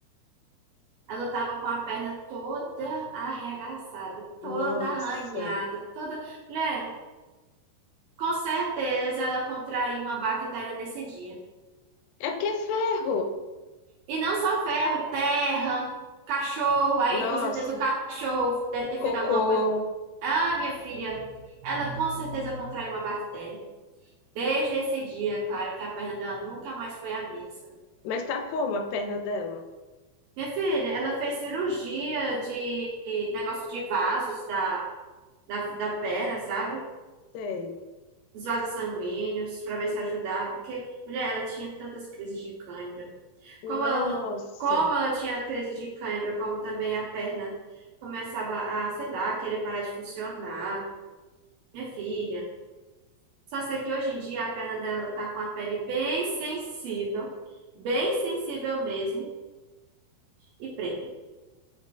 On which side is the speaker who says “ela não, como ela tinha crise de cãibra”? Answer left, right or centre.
Right